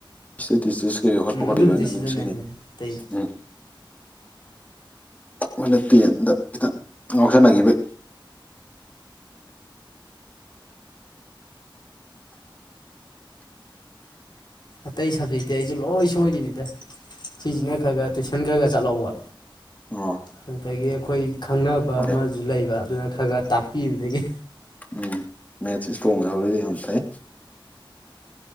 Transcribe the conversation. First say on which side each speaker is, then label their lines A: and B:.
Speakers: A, on the left; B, on the left.
A: ꯏꯁꯇꯦꯇ ꯀꯩꯈꯠꯄ
B: ꯎꯝ
A: ꯈꯠꯄꯤ
B: ꯑꯗꯨꯕꯨꯗꯤ
A: ꯂꯣꯏꯅ
B: ꯁꯤꯖꯤꯟꯅꯩꯅꯦ
A: ꯑꯗꯨꯝ ꯁꯤꯖꯤꯟꯅꯩ
B: ꯑꯇꯩ
A: ꯎꯝ ꯑꯩꯈꯣꯏꯅ ꯇꯦꯟꯗ ꯈꯤꯇꯪ ꯉꯥꯎꯁꯟꯅꯈꯤꯕ
B: ꯑꯇꯩ ꯁꯕꯖꯦꯛꯇꯤ ꯑꯩꯁꯨ ꯂꯣꯏ ꯁꯣꯏꯔꯤꯅꯤꯗ ꯁꯤꯁꯤꯅ ꯈꯔ ꯈꯔ ꯇꯨꯏꯁꯟ ꯈꯔ ꯈ ꯆꯠꯍꯧꯕ
A: ꯑꯣ
B: ꯑꯗꯨꯗꯒꯤ ꯑꯩꯈꯣꯏ ꯈꯪꯅꯕ
A: ꯑꯣꯀꯦ
B: ꯑꯃꯁꯨ ꯂꯩꯕ ꯑꯗꯨꯅ ꯈꯔ ꯈꯔ ꯇꯥꯛꯄꯤꯕꯗꯒꯤ꯫
A: ꯎꯝ ꯃꯦꯠꯁ ꯏꯁꯇ꯭ꯔꯣꯡ ꯑꯣꯏꯍꯔꯗꯤ ꯌꯥꯝ ꯐꯥꯏ